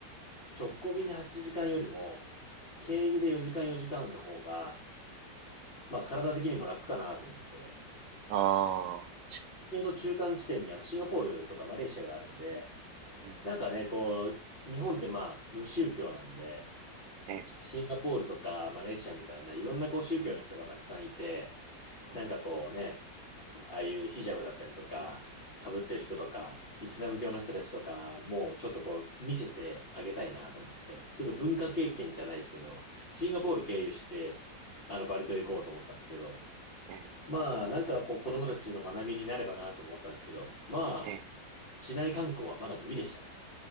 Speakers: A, on the left; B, on the right.
A: 直行便で8時間よりも、経由で4時間4時間の方が、まあ体的にも楽かなと思って、
B: ああ、
A: ちょうど中間地点にあのシンガポールとかマレーシアがあるんで、
B: うん、
A: なんかね、こう、日本ってまあ無宗教なんで、
B: ええ、
A: シンガポールとかマレーシアみたいないろんなこう宗教の人がたくさんいて、
B: うん、
A: なんかこうね、ああいうヒジャブだったりとか、被ってる人とか、イスラム教の人たちとか、もうちょっとこう見せてあげたいなと思って、ちょっと文化経験じゃないですけど、シンガポール経由して、
B: うん
A: あのバリ島行こうと思ったんですけど、
B: ええ、
A: まあ、なんかこう子供たちの学びになればなと思ったんですけど、まあ、
B: ええ。
A: 市内観光はまだ無理でしたね。